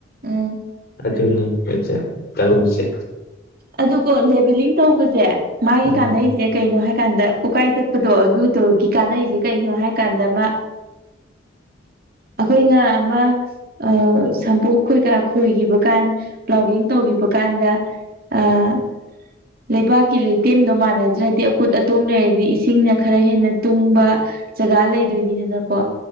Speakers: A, on the right (about 50°); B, on the left (about 55°).
A: ꯎꯝ
B: ꯑꯗꯨꯅꯤꯖꯦ <unintelligible> ꯇꯎꯔꯤꯖꯦ
A: ꯑꯗꯨ ꯀ‌ꯣ ꯂꯦꯕ‌ꯦꯂꯤꯡ ꯇꯧꯕꯖ‌ꯦ ꯃꯥꯒꯤ
B: ꯎꯝ
A: ꯀꯥ ꯅꯩꯖ‌ꯦ ꯀꯩꯅꯣ ꯍꯥꯏ ꯀꯥꯟꯗ ꯎꯀꯥꯏ ꯇꯛꯄꯗꯣ ꯑꯗꯨꯗꯨꯒꯤ ꯀꯥꯅꯩꯖ‌ꯦ ꯀꯩꯅꯣ ꯍꯥꯏ ꯀꯥꯟꯗ ꯃꯥ ꯑꯈꯣꯏꯅ ꯑꯃꯥ ꯑ ꯁꯝꯄꯣꯛ ꯈꯣꯏ ꯀꯥ ꯈꯣꯏꯒꯤꯕ ꯀꯥꯟ ꯄꯂꯥꯎꯒꯤꯡ ꯇꯧꯒꯤꯕ ꯀꯥꯟꯗ ꯑꯥ ꯂꯩꯕꯥꯛꯀꯤ ꯂꯩꯇꯦꯝꯗꯣ ꯃꯥꯟꯅꯗ꯭ꯔꯗꯤ ꯑꯀꯨꯠ ꯑꯇꯣꯡ ꯂꯩꯔꯗꯤ ꯏꯁꯤꯡꯅ ꯈꯔ ꯍꯦꯟꯅ ꯇꯨꯡꯕ ꯖꯒꯥ ꯂꯩꯗꯣꯏ ꯅꯤꯗꯅ ꯀꯣ